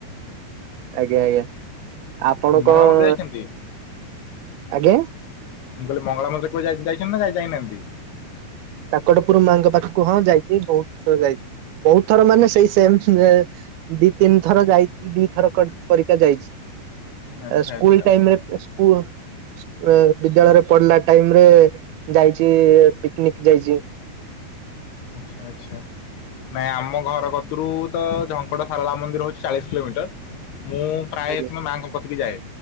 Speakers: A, on the right (about 75°); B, on the left (about 85°).
A: ଆଜ୍ଞା ଆଜ୍ଞା ଆପଣ
B: ମଙ୍ଗଳା
A: କଣ
B: ମନ୍ଦିର ଯାଇଛନ୍ତି
A: ଆଜ୍ଞା
B: ମୁଁ କଇଲି ମଙ୍ଗଳା ମନ୍ଦିରକୁ ଜାଇ ଯାଇଚନ୍ତି ନା ଯ ଯାଇନାହାନ୍ତି?
A: କାକଟପୁର ମାଙ୍କ ପାଖକୁ ହଁ ଯାଇଚି ବହୁଥର ଯାଇଚି। ବହୁତ ଥର ମାନେ
B: ଆଚ୍ଛା
A: ସେଇ ସେମ ସେନ୍ତା ଦି ତିନି ଥର ଯାଇଛି ଦି ଥର କଟ ପରୀକ୍ଷା ଯାଇଚି।
B: ଆଚ୍ଛା
A: ସ୍କୁଲ
B: ଆଚ୍ଛା
A: ଟାଇମରେ ସ୍କ କୁ ଏ ବିଦ୍ୟାଳୟରେ ପଢିଲା ଟାଇମରେ ଯାଇଚି ପିକନିକ। ଯାଇଚି।
B: ଆଚ୍ଛା ଆଚ୍ଛା। ନାଇଁ ଆମ ଘର କତରୁ ତ ଝଙ୍କଟ ସାରଳା ମନ୍ଦିର ହୋଉଚି ଚାଳିଶ କିଲୋମିଟର। ମୁଁ ପ୍ରାୟ
A: ଆଜ୍ଞା
B: ସମୟ ମାଆଙ୍କ କତିିକି ଯାଏ।